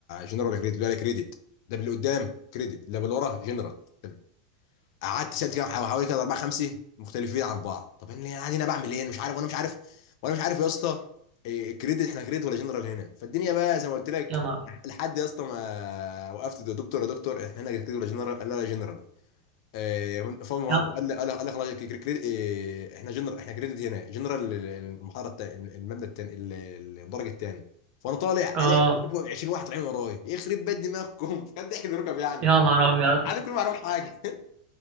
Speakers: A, on the left; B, on the right.
A: جنرال ولا كريدت ولا كريدت ده اللي قدام كريدت اللي بالورا جنرال طب قعدت سالت كده حوالي كده اربعه خمسه مختلفين عن بعض طب انا قاعد هنا بعمل ايه انا مش عارف وانا مش عارف وانا مش عارف يا اسطى إيه، كريدت احنا كريدت ولا جنرال هنا فالدنيا بقى زي ما قلت لك
B: يا نهار
A: لحد يا اسطى ما وقفت ده دكتور يا دكتور احنا هنا كريدت ولا جنرال قال لا لا جنرال آه، فاهم هو
B: يا-
A: قال لي- قال لي- قال لي خلاص كي- كي- كريد- آه، احنا جنرال احنا كريدت هنا جنرال ال- ال- المحاره التا- المبنى الثاني الدرج الثاني فانا طالع
B: اه
A: الاقي فوق 20 واحد طالعين ورايا يخرب بيت دماغكم <laughs> كان ضحك من الركب يعني
B: يا نهار ابيض
A: انا كل ما اعرف حاجه <laughs>